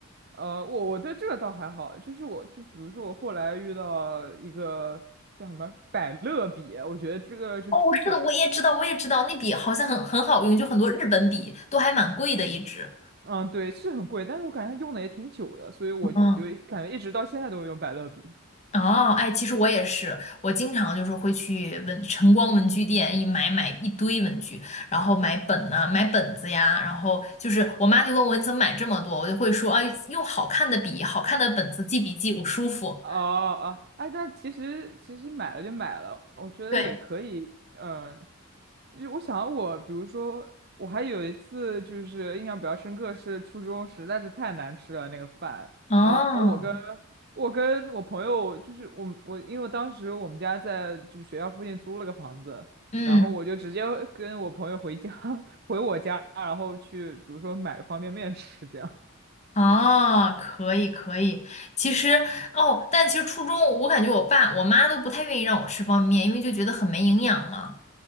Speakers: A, on the right; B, on the left.
A: 呃，我我对这个倒还好，就是我就比如说我后来遇到一个叫什么百乐笔，我觉得这个就出水，
B: 哦，是的，我也知道，我也知道，那笔好像很很好用，就很多日本笔都还蛮贵的一支。
A: 嗯，对，是很贵，但是我感觉它用的也挺久的，所以我就感觉一直到现在都用百乐笔。
B: 嗯。哦，哎，其实我也是，我经常就是会去文晨光文具店一买买一堆文具，然后买本呐、买本子呀，然后就是我妈就问我你怎么买这么多，我就会说啊，用好看的笔、好看的本子记笔记，我舒服。
A: 哦哦，哎，但其实其实买了就买了，我觉得也可以，
B: 对，
A: 嗯、就是我想我，比如说我还有一次就是印象比较深刻，是初中实在是太难吃了那个饭，
B: 哦，
A: 然后我跟我跟我朋友就是我们我因为我当时我们家在就是学校附近租了个房子，
B: 嗯，
A: 然后我就直接跟我朋友回家 <laughs> 回我家，然后去比如说买个方便面吃这样。
B: 哦，可以可以。其实哦，但其实初中我感觉我爸我妈都不太愿意让我吃方便面，因为就觉得很没营养嘛，